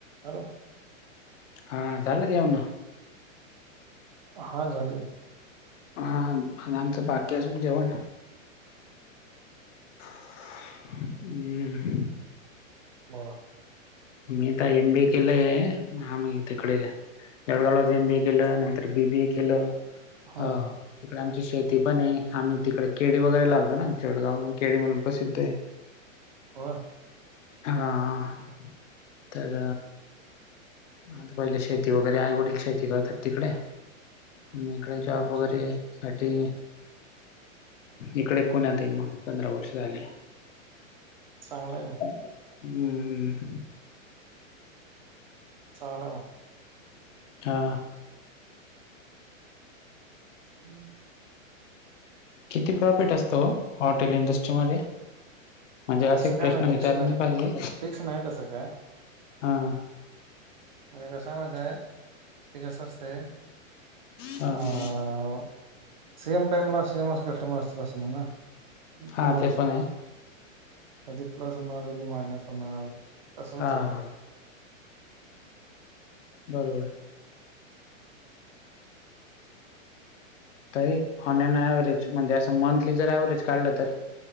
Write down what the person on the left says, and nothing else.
हां झालं जेवन?
हं आणि आमचं बाकीय अजून जेवण. हम्म
मी तर एम बी ए केलंय आम्ही तिकडे त्या वेळेलाच एम बी ए केलं नंतर बी बी ए केलं.
हं
तिकडे आमची शेती पण आहे. आम्ही तिकडे केळी वगैरे लावतो ना चेडगाव केळी म्हणून प्रसिद्ध आहे
हां हां तर आता पहिले शेती वगैरे आई-वडील शेती करतात तिकडे मी काय जॉब
वगैरे साठी इकडे पुण्यात आहे मग पंधरा वर्ष झाले.
हम्म.
हा.
किती प्रॉफिट असत
ओ, हॉटेल इंडस्ट्री मध्ये? म्हणजे असे
प्रश्न
विचारले
नई पाहिजे,
हा.
हा
हा
हा ते पण आहे
हा हा
बरोबर. तरी ऑनन ऍव्हरेज, म्हणजे असं मंथली जर ऍव्हरेज काढलं तर?